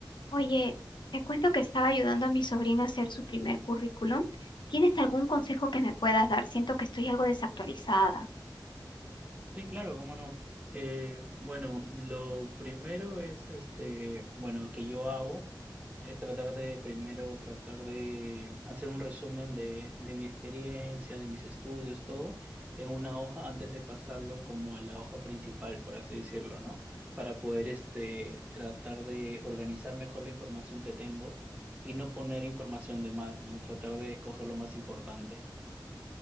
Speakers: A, on the left (about 75°); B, on the right (about 15°).
A: Oye, te cuento que estaba ayudando a mi sobrino a hacer su primer currículum. ¿Tienes algún consejo que me puedas dar? Siento que estoy algo desactualizada.
B: Sí, claro, cómo no. Eh, bueno, lo primero es, este, bueno, que yo hago es tratar de, primero, tratar de hacer un resumen de, de mi experiencia, de mis estudios, todo, en una hoja antes de pasarlo como a la hoja principal, por así decirlo, ¿no? Para poder, este, tratar de organizar mejor la información que tengo y no poner información de más, ¿no? Tratar de escoger lo más importante.